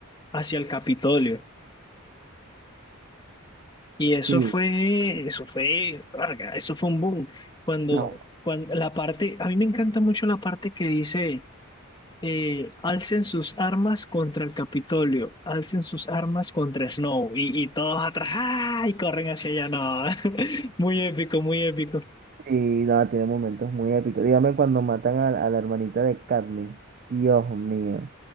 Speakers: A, on the left; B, on the right.
A: hacia el Capitolio. Y eso
B: Sí.
A: fue, eso fue, verga, eso fue un boom. Cuando,
B: No,
A: cuando la parte, a mí me encanta mucho la parte que dice, eh, alcen sus armas contra el Capitolio, alcen sus armas contra Snow, y, y todos atrás, ¡ah! y corren hacia allá, no, <laughs> muy épico, muy épico.
B: sí nada, tiene momentos muy épicos. Dígame cuando matan a, a la hermanita de Katniss. Dios mío.